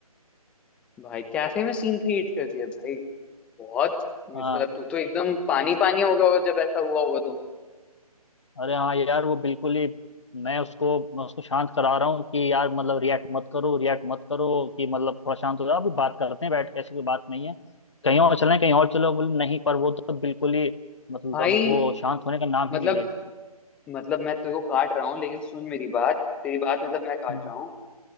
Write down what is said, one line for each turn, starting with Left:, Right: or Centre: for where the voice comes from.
Centre: भाई कैफे में सीन क्रिएट कर दिया भाई बहुत मतलब
Left: हाँ।
Centre: तू तो एकदम पानी पानी हो गया होगा जब ऐसा हुआ होगा तो
Left: अरे हाँ यार वो बिल्कुल ही मैं उसको मैं उसको शांत करा रहा हूँ कि यार मतलब रिएक्ट मत करो रिएक्ट मत करो कि मतलब थोड़ा शांत हो जाओ अभी बात करते हैं बैठ के ऐसी कोई बात नहीं है कहीं और चलें कहीं और चलो बोले नहीं पर वो तो बिल्कुल ही मतलब
Centre: भाई
Left: वो शांत होने का नाम
Centre: मतलब
Left: ही नहीं ले रही थी
Centre: मतलब मैं तेरे को काट रहा हूँ लेकिन सुन मेरी बात तेरी बात मतलब मैं काट
Left: हम्म,
Centre: रहा हूँ